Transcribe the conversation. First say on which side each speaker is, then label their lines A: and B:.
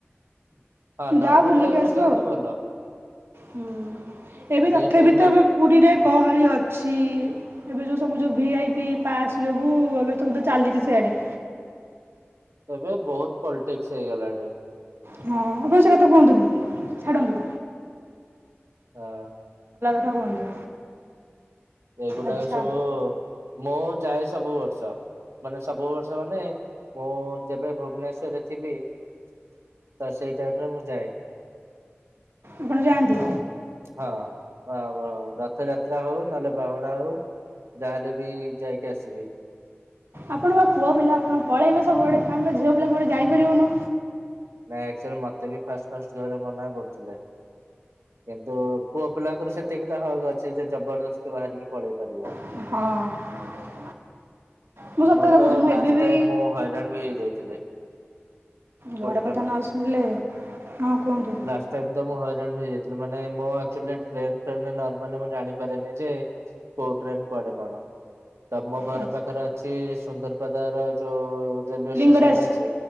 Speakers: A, on the right (about 80°); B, on the right (about 65°).
A: ହଁ ନର୍ମାଲ
B: ଯା ବୁଲିକି
A: ଟାଇମ
B: ଆସିବ
A: ରେ ଯାଆନ୍ତୁ
B: ଆଉ।
A: ଭଲ।
B: ହୁଁ ଏବେ ତଥାପି
A: ଏଇ ଟାଇମ
B: ତ
A: ରେ
B: ପୁରୀରେ ଗହଳି ଅଛି। ଏବେ ଯୋଉ ସବୁ ଯୋଉ ଭି ଆଇ ପି ପାସ୍ ଯୋଗୁ ଏବେ ସବୁ ଚାଲିଛି ସେଆଡେ।
A: ଏବେ ବହୁତ ପଲିଟିକ୍ସ ହେଇଗଲାଣି।
B: ହଁ ଆପଣ ସେ କଥା କୁହନ୍ତୁନି ଛାଡନ୍ତୁ।
A: ହଁ।
B: କୁହନ୍ତୁ
A: ଏଗୁଡାକ
B: ଆଚ୍ଛା
A: ସବୁ ମୁଁ ଯାଏ ସବୁବେଳେ ମାନେ ସବୁ ବର୍ଷ ମାନେ ମୁଁ ଯେବେ ଭୁବନେଶ୍ଵରରେ ଥିବି ତ ସେଇ ଟାଇମ ରେ ମୁଁ ଯାଏ।
B: ଆପଣ ଜାନ୍ତି?
A: ହଁ ରଥଯାତ୍ରା ହଉ ନହେଲେ ବାହୁଡା ହଉ ଯାହାହେଲେ ବି ଯାଇକି ଆସିବି
B: ଆପଣ ବା ପୁଅ ପିଲା ଆପଣ ପଳେଇବେ ସବୁବେଳେ ଆମେ ଝିଅ ପିଲା କୁଆଡ଼େ ଯାଇପାରିବୁନୁ।
A: ନାଇଁ ଆକଚୁଆଲି ମତେ ବି ଫାଷ୍ଟ ଫାଷ୍ଟ ଘରେ ମନା କରୁଥିଲେ। କିନ୍ତୁ ପୁଅ ପିଲାଙ୍କର ସେତିକି ତ ହକ ଅଛି ଯେ ଜବରଦସ୍ତି ବାହାରିକି ପଳେଇ ପାରିବ।
B: ହଁ। ମୁଁ ସତରେ
A: ମୋର ତ
B: କହୁଛି ମୁଁ
A: ଲାଷ୍ଟ
B: ଏବେ ବି
A: ଟାଇମ ମୁଁ ହଇରାନବି ହେଇଯାଇଥିଲି।
B: ଘର
A: ଗୋଟେ
B: କଥା
A: ମିନିଟ୍।
B: ନ ଶୁଣିଲେ ହଁ କୁହନ୍ତୁ।
A: ଲାଷ୍ଟ ଟାଇମ ତ ମୁଁ ହଇରାଣ ବି ହେଇଯାଇଥିଲି। ମାନେ ମୁଁ ଆକଚୁଆଲି ଟ୍ରେନ ଫ୍ରେନ୍ ରେ ନର୍ମାଲରେ ମୁଁ ଜାଣିପାରିନି ଯେ କୋଉ ଟ୍ରେନ କୁଆଡେ କଣ? ତ ମୋ ଘର
B: ଆଚ୍ଛା
A: ପାଖରେ ଅଛି ସୁନ୍ଦରପଦା ର ଯୋଉ ରେଲୱେ
B: ଲିଙ୍ଗରାଜ
A: ଷ୍ଟେସନ ଟା ଅଛି